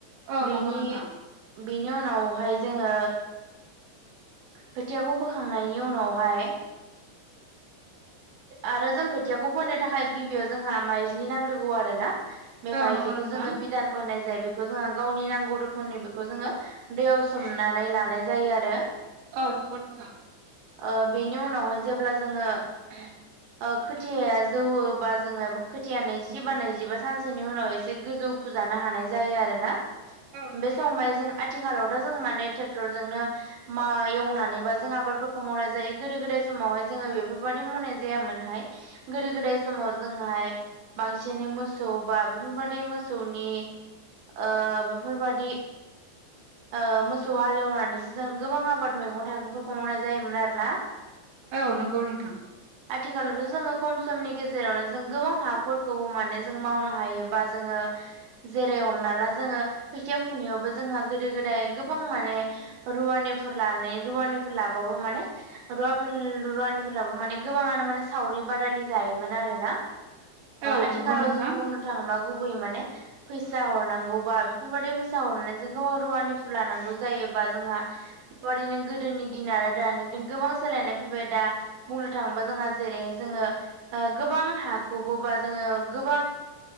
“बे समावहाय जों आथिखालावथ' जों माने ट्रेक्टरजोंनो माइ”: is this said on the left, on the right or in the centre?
Right